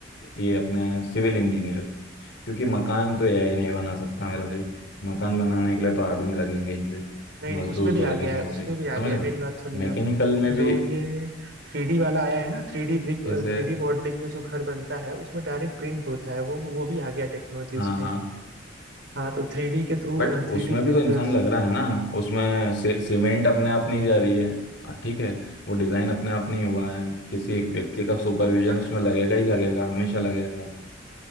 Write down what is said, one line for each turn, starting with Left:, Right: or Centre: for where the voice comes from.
Left: ये अपने सिविल इंजीनियर्स क्योंकि मकान तो एआई नहीं बना सकता मेरा भाई मकान बनाने के लिए तो आदमी लगेंगे ही सही
Right: नहीं नहीं
Left: मजदूर
Right: उसमें भी
Left: तो
Right: आ
Left: लगेंगे
Right: गया है
Left: ही
Right: उसमें
Left: सही
Right: भी आ
Left: समझ
Right: गया
Left: रहे
Right: है मेरी
Left: हो
Right: बात सुनिए
Left: मैकेनिकल
Right: आप
Left: में भी
Right: जो ये थ्री डी वाला आया है ना three D brick
Left: जैसे
Right: three D modelling में जो घर बनता है उसमें डायरेक्ट प्रिंट होता है वो वो भी आ गया टेक्नोलॉजी उसमें
Left: हाँ हाँ
Right: हाँ तो थ्री डी के थ्रू
Left: बट
Right: थ्री
Left: उसमें
Right: डी प्रिंटर्स
Left: भी तो इंसान लग रहा है ना उसमें से, सीमेंट अपने आप नहीं जा रही है हाँ, ठीक है वो डिजाइन अपने आप नहीं हुआ है किसी एक व्यक्ति का सुपरविजन
Right: पर
Left: उसमें लगेगा ही लगेगा हमेशा लगेगा